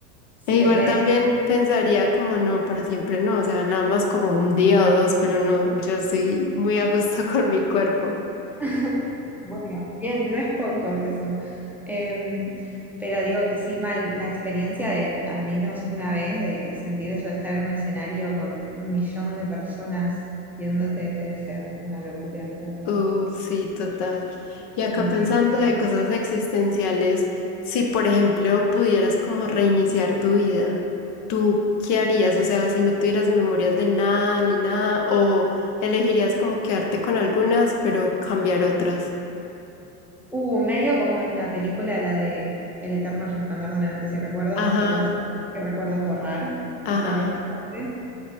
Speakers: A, in the centre; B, on the left (about 45°).
A: sí,
B: E igual
A: res.
B: también pensaría como no, para siempre no, o sea, nada más como un día o dos, pero no, yo estoy muy a gusto <laughs> con mi cuerpo.
A: <laughs> Bueno, bien, no es poco eso. Em, pero digo que sí, mal, la experiencia de al menos una vez de sentir eso de estar en un escenario con un millón de personas viéndote debe ser una locura, la verdad.
B: Uh, sí, total. Y acá
A: Sí, sí.
B: pensando de cosas existenciales, si por ejemplo pudieras como reiniciar tu vida, ¿tú qué harías? O sea, si no tuvieras memorias de nada ni nada, o elegirías como quedarte con algunas, pero cambiar otras.
A: Uh, medio como en la película, la de El eterno resplandor de una mente sin recuerdos,
B: Ajá,
A: que puedes qué recuerdos borrar
B: ajá,
A: y cuáles quedarte.